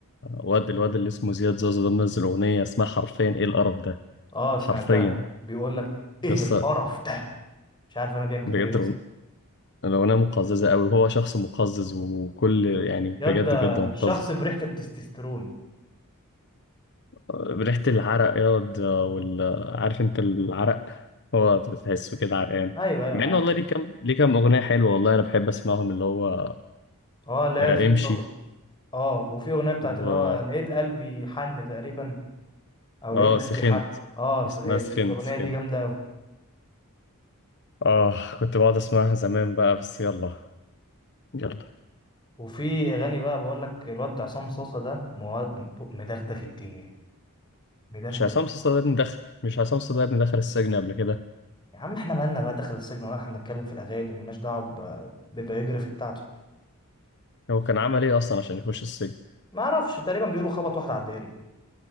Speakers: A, on the left (about 50°); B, on the left (about 20°).
A: واد الواد اللي اسمه زياد زازا ده منزل أغنية اسمها حرفيا إيه القرف ده
B: أه سمعتها
A: حرفيا
B: بيقول لك إيه
A: لسه
B: القرف ده مش عارف أنا بيعمل كده
A: بجد
B: ليه أصلا
A: الأغن- الأغنية مقززة أوي وهو شخص مقزز وكل يعني
B: ياد
A: بجد
B: ده
A: بجد هو مقزز
B: شخص بريحة التستوستيرون
A: آه، ريحة العرق ياض آه، وال آه، عارف أنت العرق هو بتحسه كده عرقان
B: أيوه أيوه
A: مع
B: أنا عارف
A: إن والله ليه كام ليه كام أغنية حلوة والله أنا بحب أسمعهم اللي هو
B: أه لا
A: آه،
B: في
A: امشي
B: أه وفي أغنية بتاعت
A: و
B: اللي هو لقيت قلبي حن تقريبا أو لقيت
A: آه
B: قلبي
A: سخنت
B: حب أه صحيح
A: اسمها
B: الأغنية
A: سخنت سخنت
B: دي جامدة أوي
A: آه كنت بقعد أسمعها زمان بقى بس يلا يلا
B: وفي أغاني بقى بقول لك الواد عصام صاصة ده مو- مدغدغ الدنيا
A: <laughs>
B: مدغدغ
A: مش عصام صاصا ده ابني دخل مش عصام صاصا ده ابني دخل السجن قبل كده
B: يا عم احنا مالنا بقى دخل السجن ولا احنا بنتكلم في الأغاني ملناش دعوة ب- ببيوجرافي بتاعته
A: هو كان عمل إيه أصلا عشان يخش السجن
B: ما اعرفش تقريبا بيقولوا خبط واحد على الدائري